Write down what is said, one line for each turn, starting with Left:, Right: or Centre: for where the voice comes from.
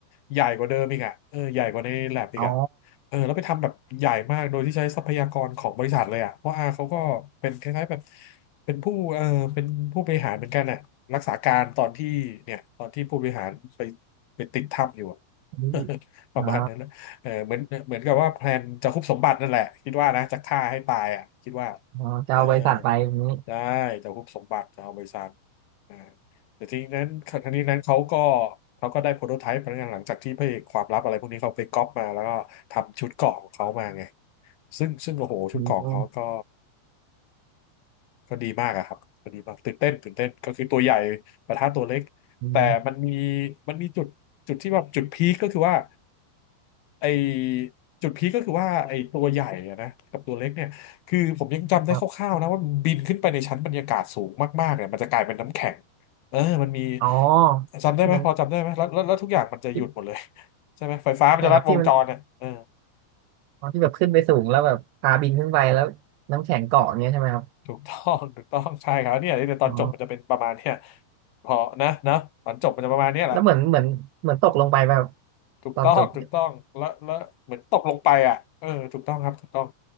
Left: ใหญ่กว่าเดิมอีกอ่ะเออใหญ่กว่าในแลบอีกอ่ะ
Right: อ๋อ
Left: เออแล้วไปทำแบบใหญ่มากโดยที่ใช้ทรัพยากรของบริษัทเลยอ่ะเพราะอาเขาก็เป็นคล้ายๆแบบเป็นผู้เออเป็นผู้บริหารเหมือนกันอ่ะรักษาการตอนที่เนี่ยตอนที่ผู้บริหารไปไปติดถ้ำอยู่อะ
Right: อันนี้
Left: <laughs> ประมาณนั้นนะเออเหมือนเหมือนกับว่าแพลนจะคุบสมบัตินั่นแหละคิดว่านะจะฆ่าให้ตายอ่ะคิดว่า
Right: อ๋ออ๋อจะเอาบริษัทไปอย่างนี้
Left: อ่าได้จะฮุบสมบัติจะเอาบริษัทอ่าแต่ทีนั้นทีนี้นั้นเขาก็เขาก็ได้โปรโตไทป์พนักงานหลังจากที่พระเอกความลับอะไรพวกนี้เขาไปก๊อปมาแล้วก็ทำชุดเกราะของเขามาไงซึ่งซึ่งโอ้โหชุดเกราะของเขาก็
Right: อืม
Left: ก็ดีมากอะครับก็ดีมากตื่นเต้นตื่นเต้นก็คือตัวใหญ่ปะทะตัวเล็กแต่มันมี
Right: อืม
Left: มันมีจุดจุดที่แบบจุดพีคก็คือว่า ไอจุดพีคก็คือว่าไอตัวใหญ่อะนะกับตัวเล็กเนี่ยคือผมยังจำได้คร่าวๆนะว่ามันบินขึ้นไปในชั้นบรรยากาศสูงมากๆเนี่ยมันจะกลายเป็นน้ำแข็ง
Right: ครับ
Left: เออมันมี
Right: อ๋อ
Left: จำได้ไหมพอจำได้ไหมแล้วแล้วแล้วทุกอย่างมันจะหยุดหมดเลย
Right: ที่มันที่
Left: ใช่ไหมไฟฟ้ามันจะลัดวงจรเนี่ยเออ
Right: ใช่ครับที่มันอ๋อที่แบบขึ้นไปสูงแล้วแบบพาบินขึ้นไปแล้วน้ำแข็งเกาะอย่างเงี้ยใช่ไหมครับ
Left: ถูกต้องถูกต้องใช่ครับเนี่ยในตอนจบมันจะเป็นประมาณเนี่ย
Right: อ๋อ
Left: พอนะนะตอนจบมันจะประมาณเนี้ยแหละ
Right: แล้วเหมือนเหมือนเหมือนตกลงไปแบบ
Left: ถูกต้องถูกต้องแล้วแล้วเหมือนตกลงไปอ่ะเออถูกต้องครับถูกต้อง
Right: ตอนจบเนี่ย